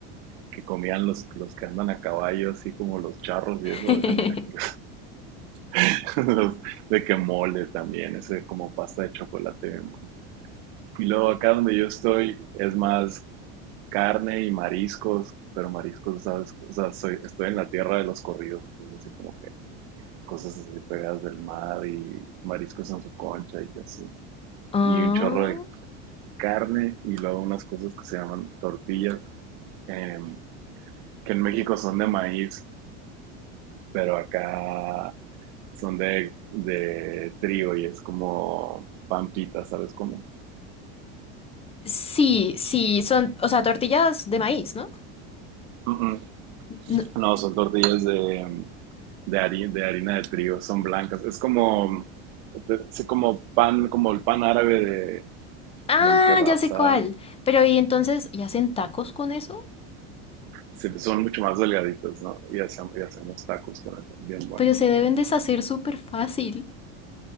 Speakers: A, on the right (about 65°); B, on the left (about 15°).
A: que comían los, los que andan a caballo, así como los charros y eso,
B: <laughs>
A: es en México. <laughs> Los- de que mole también, ese como pasta de chocolate bien bueno. Y luego acá donde yo estoy es más carne y mariscos, pero mariscos, ¿sabes? O sea, soy, estoy en la tierra de los corridos, entonces así como que cosas así pegadas del mar y mariscos en su concha y así.
B: Ah,
A: Y un chorro de carne y luego unas cosas que se llaman tortillas, em, que en México son de maíz, pero acá son de, de trigo y es como pampita, ¿sabes? Como...
B: sí, sí, son, o sea, tortillas de maíz, ¿no?
A: Mm, mm.
B: No-
A: No, son tortillas de, em, de harina, de harina de trigo, son blancas. Es como, es como pan, como el pan árabe de,
B: Ah,
A: de un kebab,
B: ya sé
A: ¿sabes?
B: cuál. Pero y entonces, ¿y hacen tacos con eso?
A: Sí, son mucho más delgaditos, ¿no? Y hacemos, y hacemos tacos con eso, bien buenos.
B: Pero se deben deshacer súper fácil.